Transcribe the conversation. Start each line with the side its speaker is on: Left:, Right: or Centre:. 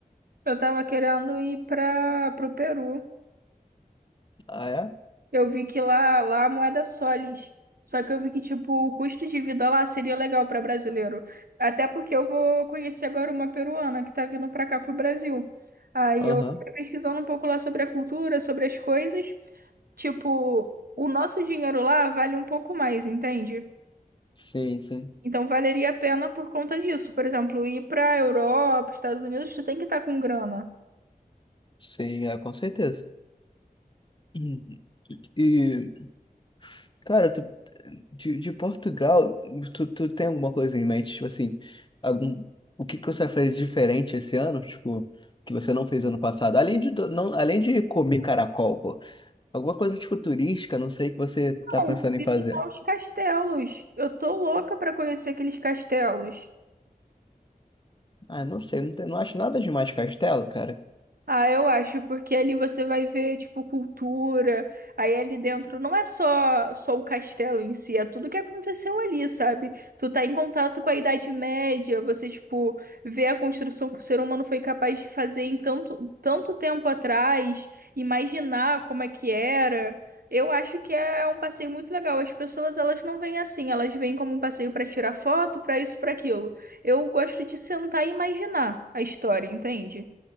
Right: Eu tava querendo ir pra, pro Peru.
Left: Ah, é?
Right: Eu vi que lá, lá a moeda é soles. Só que eu vi que, tipo, o custo de vida lá seria legal para brasileiro. Até porque eu vou conhecer agora uma peruana que tá vindo para cá pro Brasil. Aí
Left: Aham.
Right: eu fui pesquisando um pouco lá sobre a cultura, sobre as coisas. Tipo, o nosso dinheiro lá vale um pouco mais, entende?
Left: Sim, sim.
Right: Então valeria a pena por conta disso. Por exemplo, ir para Europa, Estados Unidos, tu tem que estar com grana.
Left: Sim, é, com certeza. Uhum. E Cara, tu, de, de Portugal, tu, tu tem alguma coisa em mente? Tipo assim, algum, o que que você fez diferente esse ano? Tipo, que você não fez ano passado? Além de, do- não, além de comer caracol, pô. Alguma coisa tipo turística, não sei, que você tá
Right: Não,
Left: pensando em
Right: visitar
Left: fazer.
Right: os castelos. Eu tô louca para conhecer aqueles castelos.
Left: Ah, não sei, não, tem- não acho nada demais de castelo, cara.
Right: Ah, eu acho, porque ali você vai ver, tipo, cultura. Aí ali dentro não é só só o castelo em si, é tudo que aconteceu ali, sabe? Tu tá em contato com a Idade Média, você, tipo, vê a construção que o ser humano foi capaz de fazer em tanto, tanto tempo atrás, imaginar como é que era. Eu acho que é um passeio muito legal. As pessoas, elas não vêm assim, elas vêm como um passeio pra tirar foto, pra isso, pra aquilo. Eu gosto de sentar e imaginar a história, entende?